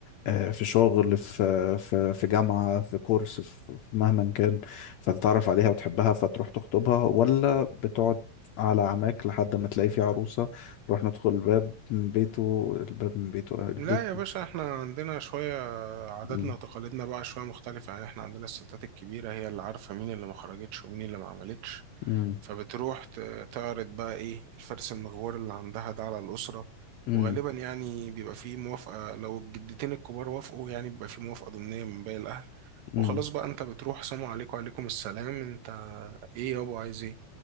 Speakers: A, on the left (about 70°); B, on the right (about 80°).
A: اه في شغل في في في جامعة في كورس في في مهما كان فتتعرف عليها وتحبها فتروح تخطبها ولا بتقعد على عماك لحد ما تلاقي في عروسة نروح ندخل الباب من بيته الباب من بيته البيت
B: يا باشا احنا عندنا شوية عاداتنا
A: مم.
B: وتقاليدنا بقى شوية مختلفة يعني احنا عندنا الستات الكبيرة هي اللي عارفة مين اللي ما خرجتش ومين اللي ما عملتش
A: مم.
B: فبتروح ت- تعرض بقى ايه الفرس المغوار اللي عندها ده على الأسرة
A: مم.
B: وغالبا يعني بيبقى فيه موافقة لو الجدتين الكبار وافقوا يعني بيبقى فيه موافقة ضمنية من باقي الأهل
A: مم.
B: وخلاص بقى انت بتروح سلام عليكم وعليكم السلام انت ايه يابا عايز ايه